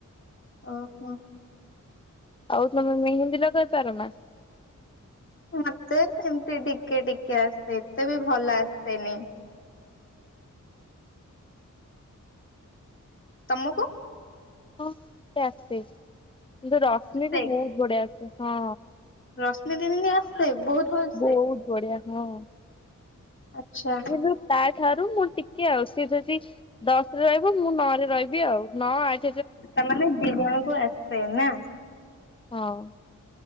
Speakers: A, on the left (about 40°); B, on the left (about 15°).
A: ଅ ହ।
B: ଆଉ ତମେ ମେହେନ୍ଦୀ ଲଗେଇ ପାର ନା?
A: ମତେ ସେମିତି ଟିକେ ଟିକେ ଆସେ ଏତେ ବି ଭଲ ଆସେନି। ତମୁକୁ?
B: ହଁ ସେ ଆସେ କିନ୍ତୁ ରଶ୍ମିକୁୁ
A: ଆସେ
B: ବହୁତ ବଢିଆ ଆସେ ହଁ।
A: ରଶ୍ମି ଦିଦି ଙ୍କି ଆସେ ବହୁତ ଭଲସେ।
B: ବହୁତ ବଢିଆ ହଁ
A: ଆଚ୍ଛା,
B: କିନ୍ତୁ ତାଠାରୁ ମୁଁ ଟିକେ ଆଉ ସିଏ ଯଦି ଦଶରେ ରହିବ ମୁଁ ନଅରେ ରହିବି ଆଉ। ନଅ ଆଠ
A: ତାମାନେ ଦି ଜଣଙ୍କୁ ଆସେ ନା।
B: ହଁ।